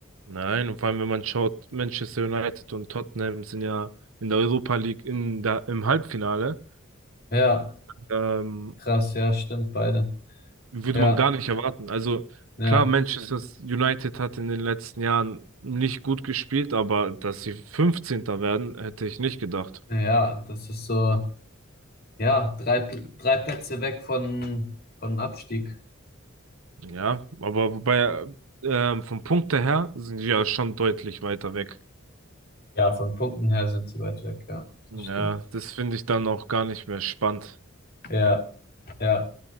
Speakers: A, on the right (about 75°); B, on the left (about 50°).
A: Nein, und vor allem, wenn man schaut, Manchester United und Tottenham sind ja in der Europa League in der, im Halbfinale.
B: Ja.
A: Ähm,
B: Krass, ja, stimmt, beide.
A: würde
B: Ja,
A: man gar nicht erwarten. Also
B: ja,
A: klar, Manchester United hat in den letzten Jahren nicht gut gespielt, aber dass sie 15. werden, hätte ich nicht gedacht.
B: ja, das ist so, ja, drei, Pl- drei Plätze weg von, von Abstieg.
A: Ja, aber wobei ähm, vom Punkte her sind sie ja schon deutlich weiter weg.
B: Ja, von Punkten her sind sie weit weg, ja,
A: Ja,
B: das stimmt.
A: das finde ich dann auch gar nicht mehr spannend.
B: Ja, ja,